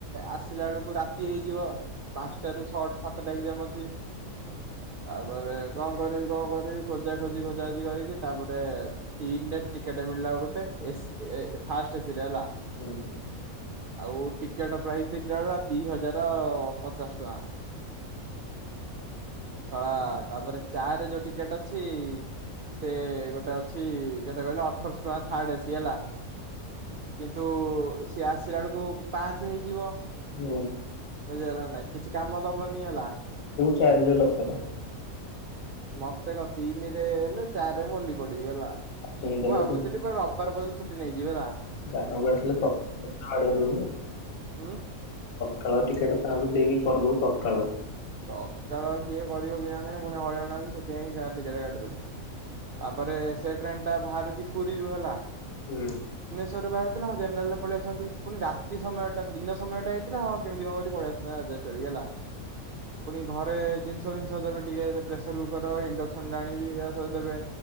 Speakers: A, on the right; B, on the left.
A: ଆସିଲା ବେଳକୁ ରାତି ହେଇଯିବ ପାଞ୍ଚଟା ରୁ ଛଟା ସାତଟା ଏକ୍ସାମ ଅଛି। ତାପରେ କଣ କରିବି କଣ କରିବି ଖୋଜା ଖୋଜି ଖୋଜା ଖୋଜି କରିକି ତାପରେ ତିନ ଡେଟ ଟିକେଟ ମିଳିଲା ଗୋଟେ। ଏସ ଏ ଫାଷ୍ଟ ସିଟ୍ ହେଲା।
B: ହୁଁ।
A: ଆଉ ଟିକେଟ ପ୍ରାଇସ୍ ଦେଖିଲା ବେଳକୁ ଦି ହଜାର ପଚାଶ ଟଙ୍କା। ଶଳା ତା ପରେ। ଚାରି ରେ ଯୋଉ ଟିକେଟ ଅଛି ସେ ଗୋଟେ ଅଛି କେତେ କହିଲ ଅଠର ଶହ ଟଙ୍କା ଥାର୍ଡ ଏସି। ହେଲା କିନ୍ତୁ ସିଏ ଆସିଲା ବେଳକୁ ପାଞ୍ଚ ହେଇଯିବ।
B: ହଁ।
A: ବୁଝିହେଲା ନା ନାଇଁ କିଛି କାମ ଦବନି ହେଲା।
B: ଚାରିରେ ଦରକାର।
A: ମତେ କଣ ତିନିରେ ହେଲେ ଚାରିରେ ମୁଁ ଓଲୀ ପଡିବି ହେଲା।
B: ଛିଇଁଦେଲେ
A: ମୁଁ ଭାବୁଥିଲି
B: ତୁ
A: ପା ରବିବାର ପର୍ଯ୍ୟନ୍ତ ଛୁଟି ନେଇଯିବି ହେଲା।
B: ଗାଁକୁ ଆସିଲେ ତ ହାର୍ଡ ଦବୁ।
A: ହୁଁ।
B: ଶଳା ଟିକେଟ କାହାକୁ ଦେଇକି କରିଦବୁ ତତ୍କାଳ।
A: ତତ୍କାଳ କିଏ କରିବ କି ନା ନାଇଁ ପୁଣି ହଇରାଣ ହେବି ସେଥିପାଇଁ ଗାଁ ଟିକେଟ କାଟିଦେଲି ତାପରେ ସେ ଟ୍ରେନ ଟା ବାହାରୁଛି ପୁରୀରୁୁ ହେଲା।
B: ହୁଁ।
A: ଭୁବନେଶ୍ୱରରୁ ବାହାରିଥିଲେ ହଁ ଜେନରାଲରେ ପଳେଇ ଆସିଥାନ୍ତି ପୁଣି ରାତି ସମୟଟା ଦିନ ସମୟଟା ହେଇଥିଲେ ହଁ କେମିତି କଣ କରି ପଳେଇ ଆସିଥାନ୍ତି। ଚରିଗଲା ପୁଣି ଘରେ ଜିନିଷ ଫିନିଷ ଦେବେ ଟିକେ ପ୍ରେସର କୁକର ଇଣ୍ଡକ୍ସନ ଟା ଆାଣିବି ଆଉ ସବୁ ଦେବେ